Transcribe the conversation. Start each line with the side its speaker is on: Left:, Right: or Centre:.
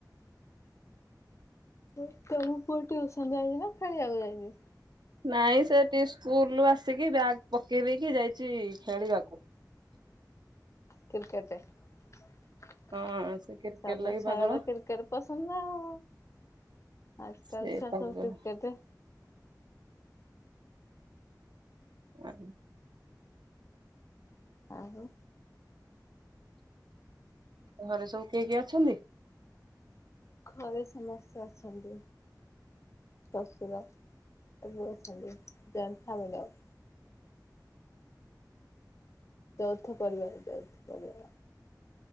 Left: ହଁ ତମ ପୁଅ ଟ୍ୟୁସନ ଯାଇଚିନା ଖେଳିବାକୁ ଯାଇଛି
Right: ନାଇଁ ସେ ସ୍କୁଲୁ ଆସିକି ବ୍ୟାଗ ପକେଇ ଦେଇକି ଯାଇଛି ଖେଳିବାକୁ
Left: କ୍ରିକେଟରେ ସବୁ
Right: ହଁ ସେ କ୍ରିକେଟ ଲାଗି
Left: ଛୁଆ
Right: ପାଗଳ
Left: ତ କ୍ରିକେଟ ପସନ୍ଦ ଆଉ ଆଜି
Right: ସେ
Left: କାଲି ଛୁଆ
Right: ପାଗଳ
Left: ସବୁ କ୍ରିକେଟ
Right: ଆ
Left: ଆଉ
Right: ଘରେ ସବୁ କିଏ କିଏ ଅଛନ୍ତି
Left: ଘରେ ସମସ୍ତେ ଅଛନ୍ତି ଶଶୁର ସବୁ ଅଛନ୍ତି ଜଏଣ୍ଟ ଫାମିଲି ଆଉ ଚୌଥ ପରିବାର। <unintelligible>